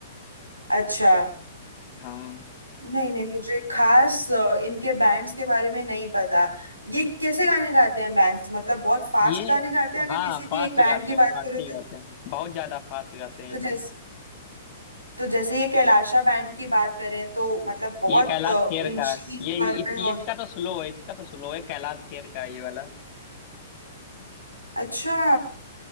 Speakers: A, on the right; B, on the left.
A: अच्छा
B: हाँ
A: नहीं नहीं मुझे खास अ, इनके बैंड्स के बारे में नहीं पता ये कैसे गाने गाते हैं बैंड्स मतलब बहुत फास्ट
B: ये
A: गाने गाते हैं अगर
B: हाँ
A: किसी
B: फास्ट
A: भी एक बैंड
B: गाते
A: की
B: हैं
A: बात
B: फास्ट
A: करें
B: ही
A: तो
B: गाते हैं बहुत ज्यादा फास्ट गाते हैं
A: तो
B: ये लोग
A: जैसे तो जैसे ये कैलाशा बैंड की बात करें तो मतलब बहुत
B: ये कैलाश
A: अ,
B: खेर
A: ऊंची
B: का है। ये
A: स्वर
B: इसकी
A: पे
B: ये
A: और
B: इसका तो स्लो है इसका तो स्लो है कैलाश खेर का है ये वाला
A: अच्छा